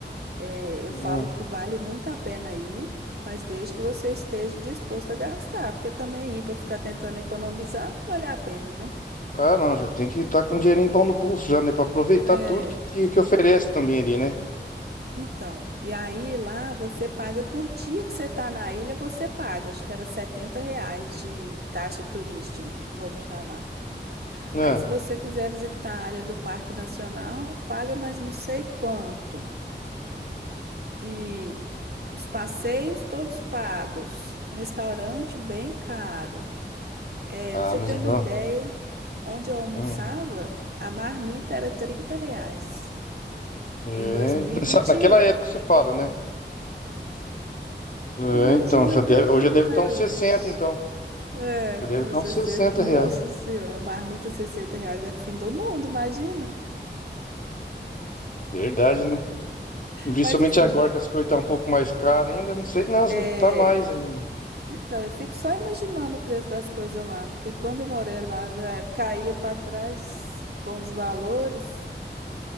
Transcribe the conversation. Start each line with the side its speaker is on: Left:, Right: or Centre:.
Right: É, eu
Left: Ah,
Right: falo que vale muito a pena ir, mas desde que você esteja disposto a gastar, porque também ir para ficar tentando economizar, não vale a pena, né?
Left: ah, não, já tem que estar com um dinheirinho bom no bolso já, né? Pra aproveitar
Right: É,
Left: tudo que, que, que oferece também ali, né?
Right: então. E aí lá você paga por dia que você tá na ilha, você paga. Acho que era 70 reais de taxa turística, vamos chamar.
Left: Né?
Right: Aí se você quiser visitar a área do Parque Nacional, paga mais não sei quanto. E os passeios todos pagos. Restaurante bem caro. É,
Left: Ah,
Right: pra você
Left: mas
Right: ter
Left: então.
Right: uma ideia, onde eu almoçava,
Left: hum.
Right: a marmita era 30 reais
Left: É,
Right: em dois mil
Left: nessa-
Right: e e vinte
Left: naquela
Right: e um.
Left: época você fala, né? É,
Right: Imagina
Left: então, já
Right: quanto
Left: deve, hoje
Right: que
Left: já
Right: não
Left: deve estar
Right: é
Left: uns
Right: hoje.
Left: 60 então.
Right: É,
Left: Já deve
Right: nos
Left: estar
Right: 60,
Left: uns 60
Right: nossa
Left: reais.
Right: senhora, marmita 60 reais é fim do mundo, imagina.
Left: Verdade, né? E principalmente
Right: Mas assim,
Left: agora que as coisas estão um pouco mais caras ainda, não sei, não,
Right: é,
Left: se não tá mais ainda.
Right: então, eu fico só imaginando o preço das coisas lá, porque quando eu morei lá já caía para trás com os valores,